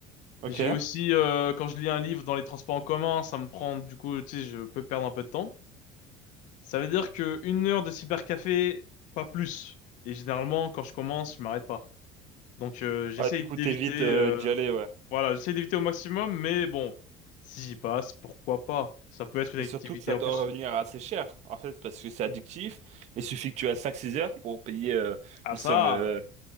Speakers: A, on the right (about 55°); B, on the left (about 70°).
A: Ok.
B: J'ai aussi euh, quand je lis un livre dans les transports en commun, ça me prend du coup tu sais je peux perdre un peu de temps. Ça veut dire que une heure de cybercafé, pas plus. Et généralement, quand je commence, je m'arrête pas. Donc euh, j'essaye
A: Ouais, du coup,
B: d'éviter,
A: t'évites euh,
B: euh,
A: d'y aller, ouais.
B: voilà, j'essaye d'éviter au maximum, mais bon, si j'y passe, pourquoi pas? Ça peut être une
A: Et
B: activité
A: surtout que ça
B: en
A: doit
B: plus.
A: revenir assez cher, en fait, parce que c'est addictif. Il suffit que tu aies cinq six heures pour payer euh,
B: Ah
A: une
B: ça,
A: somme, euh,